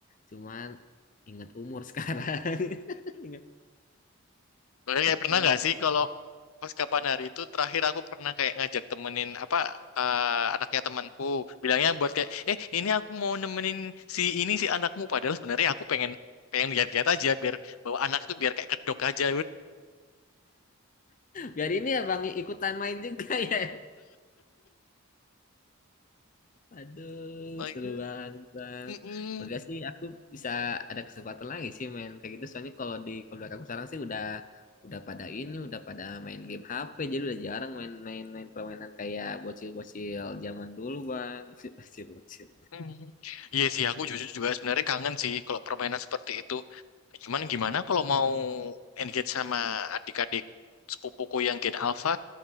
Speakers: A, on the left; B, on the left.
A: Cuman ingat umur sekarang. <laughs> Ingat.
B: Makanya kayak pernah
A: Iya.
B: nggak sih kalau Pas kapan hari itu terakhir aku pernah kayak ngajak temenin apa eh, anaknya temanku bilangnya buat kayak eh ini aku mau nemenin si ini si anakmu padahal sebenarnya aku pengen pengen lihat-lihat aja biar bawa anak itu biar kayak kedok aja.
A: Biar ini ya Bang ikutan main juga <laughs> ya. Aduh,
B: <laughs>
A: seru banget Bang.
B: mm
A: Makasih aku bisa ada kesempatan lagi sih main kayak gitu. Soalnya kalau di keluarga aku sekarang sih udah udah pada ini, udah pada main game HP. Jadi udah jarang main-main main permainan kayak bocil-bocil zaman dulu Bang. <laughs> Bocil-bocil.
B: Hmm. Iya sih, aku jujur juga sebenarnya kangen sih kalau permainan seperti itu. Cuman gimana kalau mau engage sama adik-adik sepupuku yang Gen Alpha,